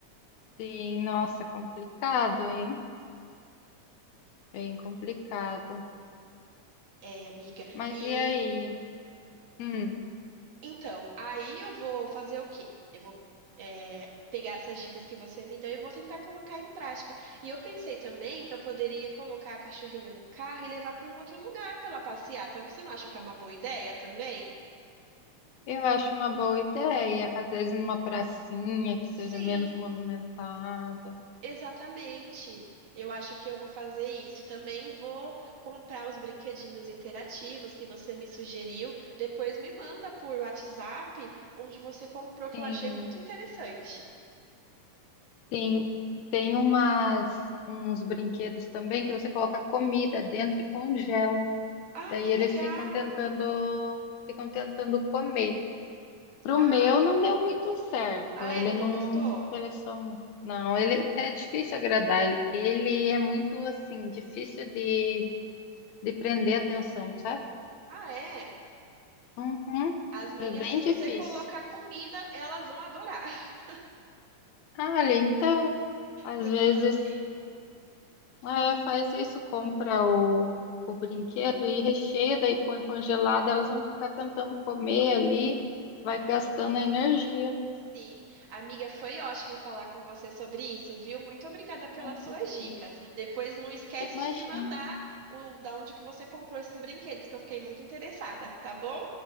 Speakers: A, on the left; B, on the right.
A: Sim, nossa, complicado, hein? Bem complicado.
B: É, amiga.
A: Mas
B: E
A: e aí? Hum,
B: então, aí eu vou fazer o quê? Eu vou é, pegar essas dicas que você me deu e vou tentar colocar em prática. E eu pensei também que eu poderia colocar a cachorrinha no carro e levar para um outro lugar para ela passear. Tam- Você não acha que é uma boa ideia também?
A: eu acho uma boa ideia. Às vezes numa pracinha que seja
B: Sim.
A: menos movimentada.
B: Exatamente. Eu acho que eu vou fazer isso. E também vou comprar os brinquedinhos interativos que você me sugeriu. Depois me manda por WhatsApp onde você comprou, que
A: Sim,
B: eu achei muito interessante.
A: sim. Tem umas, uns brinquedos também que você coloca comida dentro e congela.
B: Ai,
A: Daí
B: que
A: eles
B: legal!
A: ficam tentando, ficam tentando comer. Pro
B: Ah,
A: meu não deu muito certo.
B: a
A: Ele
B: Ellie
A: não
B: não gostou?
A: se interessou muito. Não, ele é difícil agradar. Ele ele é muito assim, difícil de de prender a atenção, sabe?
B: Ah, é?
A: Uhum.
B: As minhas,
A: É bem
B: se você
A: difícil.
B: colocar comida, elas vão adorar. <laughs>
A: Ah, Olha, então, às
B: Eu
A: vezes,
B: vou fazer isso.
A: é, faz isso, compra o, o brinquedo e recheia, daí põe congelado, elas vão ficar tentando comer ali, vai gastando energia.
B: Sim, amiga, foi ótimo falar com você sobre isso, viu? Muito obrigada pelas
A: Uhum.
B: suas dicas. Depois não esquece
A: Imagina.
B: de me mandar o da onde que você comprou esses brinquedos, que eu fiquei muito interessada, tá bom?